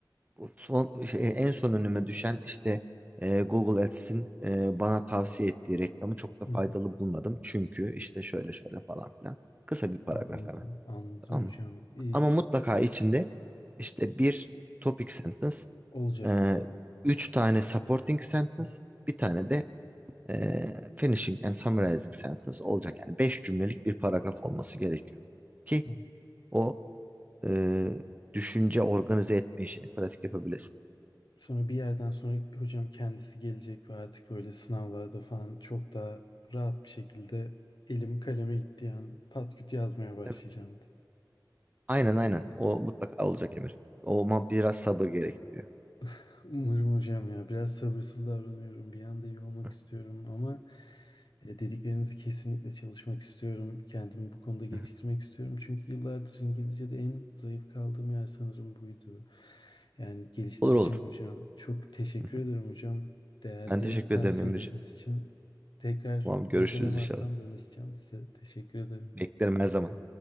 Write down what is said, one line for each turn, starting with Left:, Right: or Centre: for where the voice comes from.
Right: son şey, en son önüme düşen işte e, Google Ads'in e, bana tavsiye ettiği reklamı çok da
Left: hı
Right: faydalı
Left: hı.
Right: bulmadım. Çünkü işte şöyle şöyle falan filan. Kısa bir paragraf
Left: Anladım,
Right: hemen.
Left: anladım
Right: Tamam
Left: hocam.
Right: mı?
Left: İyi,
Right: Ama mutlaka içinde işte bir topic sentence,
Left: olacak.
Right: e, üç tane supporting sentence,
Left: Hı
Right: bir tane de e, finishing and summarizing sentence olacak. Yani beş cümlelik bir paragraf olması gerekiyor. Ki
Left: hı.
Right: o e, düşünce organize etme işini pratik yapabilesin.
Left: Sonra bir yerden sonra hocam kendisi gelecek ve artık böyle sınavlarda falan çok daha rahat bir şekilde elim kaleme gittiği an pat küt yazmaya başlayacağım.
Right: Tabii ki. Aynen aynen. O mutlaka olacak Emir. O ama biraz sabır gerektiriyor.
Left: <laughs> Umarım hocam ya biraz sabırsız davranıyorum. Bir anda iyi olmak
Right: <laughs>
Left: istiyorum ama E, Dediklerinizi kesinlikle çalışmak istiyorum. Kendimi bu konuda geliştirmek
Right: Hı hı.
Left: istiyorum. Çünkü yıllardır İngilizce'de en zayıf kaldığım yer sanırım buydu. Yani geliştireceğim
Right: Olur olur.
Left: hocam. Çok teşekkür
Right: <laughs> Hı
Left: ederim
Right: hı.
Left: hocam. Değerli
Right: Ben teşekkür
Left: tavsiyeleriniz
Right: ederim Emirciğim.
Left: için. Tekrar
Right: Tamam
Left: başaramazsam
Right: görüşürüz inşallah.
Left: danışacağım size. Teşekkür ederim.
Right: Beklerim her zaman.